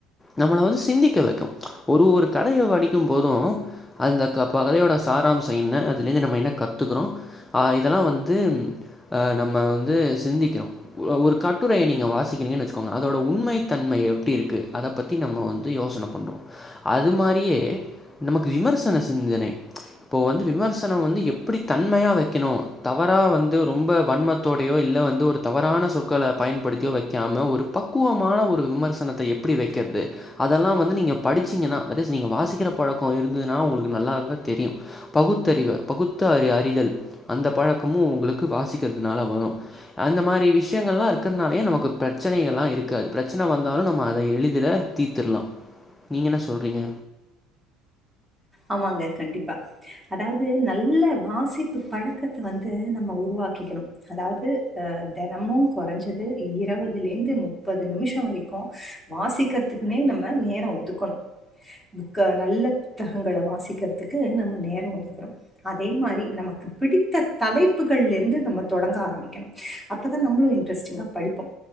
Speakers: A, on the left; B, in the centre.
A: நம்மளை வந்து சிந்திக்க வைக்கும் ஒரு ஒரு கதைய வடிக்கும் போதும் அந்த கதையோட சாராம்சம் என்ன அதுலந்து நம்ம என்ன கத்துக்கிறோம் இதெல்லாம் வந்து நம்ம வ சிந்திகிறோம் ஒரு கட்டுரை நிங்க வாசிக்கிறிங்க வச்சுகொங்க அதோட உண்மைதண்மை எப்படி இருக்கு அத பத்தி நம்ம வந்து யோசனை பன்றேம் அது மாரியோ நமக்கு விமசன சிந்தனை இப்பா வந்து எப்படி தன்மை விமசனம் வன்மையா வைக்கணும் தவற வந்து ரொம்ப வன்ம டைய இல்ல வந்து ஒரு தவறான சொற்களை பயன்படுத்தியோ வைக்காம ஒரு பக்குவமான ஒரு விமர்சனத்தை எப்படி வைக்கிறது அதெல்லாம் வந்து நீங்க படிச்சீங்கன்ன நீங்க வாசிக்கிற பழக்கம் இருந்ததுன்னா உங்களுக்கு நல்லா தெரியும் பகுத்தறிவு பத்த அறிதல் அந்த பழக்கமும் உங்களுக்கு வாசிக்கிறது னால வரும் அந்த மாதிரி விஷயங்கள் எல்லாம் இருக்கிறதுனாலயே நமக்கு பிரச்சனை எல்லாம் இருக்காது பிரச்சனை வந்தாலும் நம்ம அத எளிதல தீத்துிரலாம் நீங்க என்ன சொல்றீங்க
B: ஆமாங்க கண்டிப்பா அதாவது நல்ல வாசிப்பு பழக்கத்தை வந்து நம்ம உருவாக்கிக்கணும் அதாவது அஹ் தினமும் குறைஞ்சது இருபதுல இருந்து முப்பது நிமிஷம் வரைக்கும் வாசிக்கிறதுக்குமே நம்ம நேரம் ஒதுக்கணும்க்க நல்ல புத்தகங்களை வாசிக்கிறதுக்கு நம்ம நேரம் ஒதுக்கணோும் அதே மாதிரி நமக்கு பிடித்த தலைப்புகள்லேருந்து நம்ம தொடங்க ஆரம்பிக்கணும் அப்போதான் நம்மளும் இன்ட்ரெஸ்ட்டிங்காக படிப்போம்